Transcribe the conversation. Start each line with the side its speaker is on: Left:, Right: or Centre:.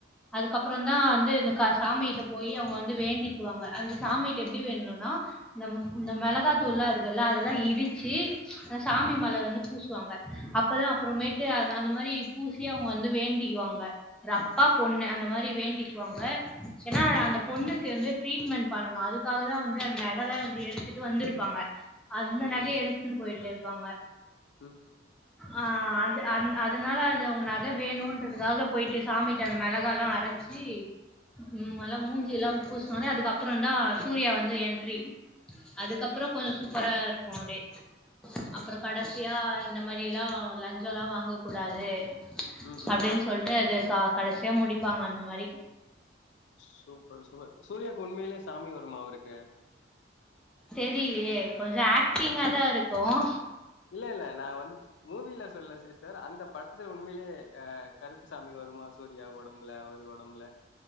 Centre: அதுக்கப்பறம் தா வந்து இந்த க சாமிகிட்ட போயி அவங்க வந்து வேண்டிக்குவாங்க அந்த சாமிட்ட எப்டி வேண்டுணும்னா இந்த ம் இந்த மிளகாத் தூள் எல்லா இருக்குல்ல அதெல்லா இடிச்சி சாமி மேல வந்து பூசுவாங்க அப்பதா அப்பறமே அப்டியே அன் அந்த மாறி பூசி அவங்க வந்து வேண்டிக்குவாங்க ஒரு அப்பா பொண்ணு அந்த மாறி வேண்டிக்குவாங்க ஏன்னா அந்த பொண்ணுக்கு வந்து ட்ரீட்மெண்ட் பண்ணணும் அதுக்காக தான் வந்து அந்த நகைல்லாம் வந்து எடுத்துட்டு வந்திருப்பாங்க அந்த
Left: ஓகே
Centre: நகைய எதுக்குன்னு போயிட்டே இருப்பாங்க
Left: ம்
Centre: அ அது அ அதுனால அது உன் நகை வேணுன்றதுக்காக போயிட்டு சாமிட்ட அந்த மிளகால்லா அரைச்சி ம் மூஞ்சி எல்லா பூஸ்சுனஉன்னே அதுக்க அப்பறம் தான சூர்யா வந்து என்ட்ரி அதுக்கப்பறம் கொஞ்சோ சூப்பரா இருக்கு அப்டியே அப்பறம் கடைசியா இந்த மாறி எல்லாம் லஞ்சம்ல்லா வாங்க கூடாது
Left: ம்
Centre: அப்டின்னு
Left: ம்
Centre: சொல்ட்டு அது க கடைசியா முடிப்பாங்க அந்த மாறி
Left: சூப்பர் சூப்பர் சூர்யாக்கு உண்மையிலேயே சாமி வருமா அவருக்கு
Centre: தெரியலையே கொஞ்சம் ஆக்டிங்கா தா இருக்கும்
Left: இல்ல இல்ல நான் வந்து மூவில சொல்லல சிஸ்டர் அந்த படத்துல உண்மையிலேயே அ கருப்புசாமி வருமா சூர்யா ஒடம்புல அவரு ஒடம்புல